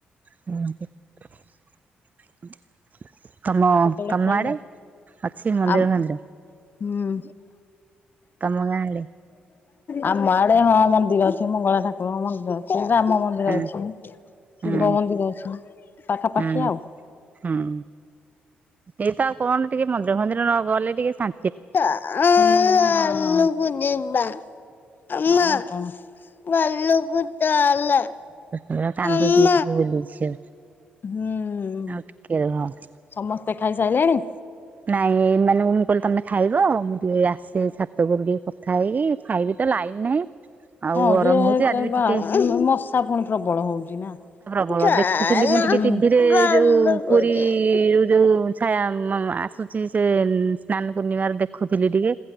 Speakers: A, on the right; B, on the left.
A: <unintelligible> ତମ,
B: ଆଉ କେତେବେଳେ
A: ତମ
B: ଖାଇବେ?
A: ଆଡେ ଅଛି ମନ୍ଦିର
B: ଆମ
A: ଫନ୍ଦିର?
B: ହୁଁ।
A: ତମ ଗାଁ ଆଡେ
B: ଆମ ଆଡେ ହଁ ମନ୍ଦିର ଅଛି। ମଙ୍ଗଳା ଠାକୁରଙ୍କ ମନ୍ଦିର ଅଛି। ରାମ ମନ୍ଦିର
A: ହୁଁ
B: ଅଛି।
A: ହୁଁ
B: ଶିବ ମନ୍ଦିର ଅଛି ପାଖାପାଖି
A: ହୁଁ
B: ଆଉ।
A: ହୁଁ, ଏଇତ ଆଉ କଣ ଟିକେ ମନ୍ଦିର ଫନ୍ଦିର ନ ଗଲେ ଟିକେ ଶା
B: <unintelligible> ଯିବା। ମାମା ଘଲୁକୁ ଚାଲେ।
A: ଏଟା କାନ୍ଦୁଚି
B: ଆମ
A: ବୁଲି ଯିବ।
B: ହୁଁ
A: ଆଉ ଟିକେ ରହ।
B: ସମସ୍ତେ ଖାଇସାରିଲେଣି?
A: ନାଇଁ ମାନେ ମୁଁ କହିଲି ତମେ ଖାଇବ ମୁଁ ଟିକେ ଆସେ ଛାତ ଉପରୁ ଟିକେ କଥା ହେଇକି ଖାଇବି। ତ ଲାଇନ ନାହିଁ। ଆଉ
B: ହଁ
A: ଗରମ
B: ଯେ
A: ହଉଛି ଆଜି ବି
B: ବାହା
A: ଟିକେ
B: ମଶା ପୁଣି ପ୍ରବଳ ହଉଛି ନା।
A: ହଁ
B: ଚାଲ
A: ଦେଖୁଥିଲି ମୁଁ ଟିକେ ଟିଭିରେ
B: ଘରକୁ
A: ଯୋଉ ପୁରୀରୁ
B: ଯିବା।
A: ଯୋଉ ଛା ଆସୁଛି ସେ ସ୍ନାନ ପୂର୍ଣ୍ଣିମାର ଦେଖ ଦେଖୁଥିଲି ଟିକେ